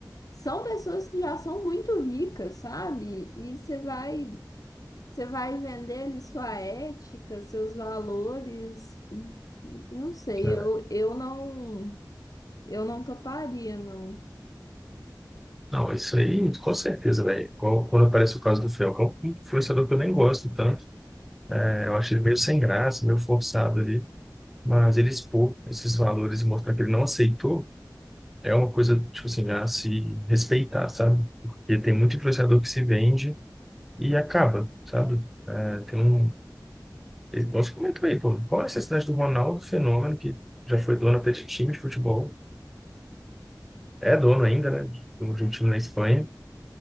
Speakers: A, on the left (about 55°); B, in the centre.
A: são pessoas que já são muito ricas, sabe? E você vai. Você vai vender ali sua ética, seus valores. Não sei,
B: é.
A: eu, eu não eu não toparia, não.
B: Não, isso aí, com certeza, velho. Igual Quando aparece o caso do Felcão, um influenciador que eu nem gosto tanto, é, eu acho ele meio sem graça, meio forçado ali, mas ele expor esses valores e mostrar que ele não aceitou é uma coisa, tipo assim, a se respeitar, sabe? Porque tem muito influenciador que se vende e acaba, sabe? É, tem um. ele- Nós comentou aí, pô, qual é a necessidade do Ronaldo Fenômeno, que já foi dono até de time de futebol, é dono ainda, né? De um de um time na Espanha